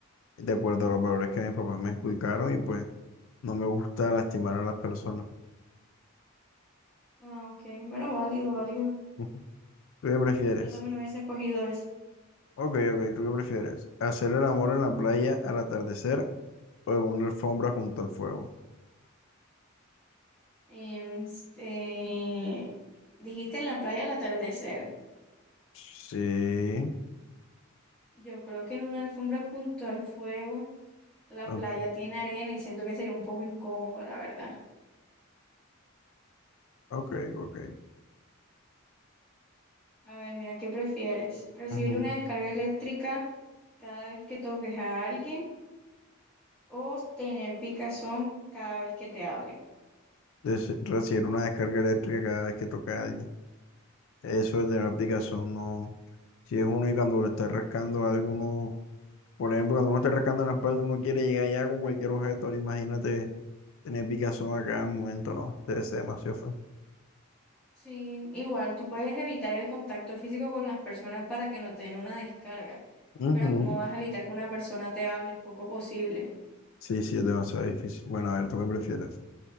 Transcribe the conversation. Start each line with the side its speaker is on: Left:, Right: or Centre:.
Left: de acuerdo a los valores que mis papás me inculcaron y pues no me gusta lastimar a las personas.
Centre: Ah, ok, bueno, válido, válido.
Left: <laughs> ¿Tú qué prefieres?
Centre: Yo también hubiese escogido eso.
Left: Ok, ok, ¿tú qué prefieres? ¿Hacer el amor en la playa al atardecer o en una alfombra junto al fuego?
Centre: Em, Este, dijiste en la playa al atardecer.
Left: Sí.
Centre: Yo creo que en una alfombra junto al fuego, la
Left: o-
Centre: playa tiene arena y siento que sería un poco incómodo, la verdad.
Left: Ok, ok.
Centre: A ver, mira, ¿qué prefieres? ¿Recibir
Left: Ujú.
Centre: una descarga eléctrica cada vez que toques a alguien? o tener picazón cada vez que te hablen.
Left: Des- recibir una descarga eléctrica cada vez que toca a alguien. Eso de tener picazón, no. Si es uno y cuando lo está rascando a alguno Por ejemplo, cuando uno está rascando en la espalda, uno quiere llegar ya con cualquier objeto. Ahora imagínate tener picazón a cada momento, no, debe ser demasiado feo.
Centre: Sí, igual tú puedes evitar el contacto físico con las personas para que no te den una descarga,
Left: Ujú.
Centre: pero ¿cómo vas a evitar que una persona te hable? Es poco posible.
Left: Sí, sí, es demasiado difícil. Bueno, a ver, ¿tú qué prefieres?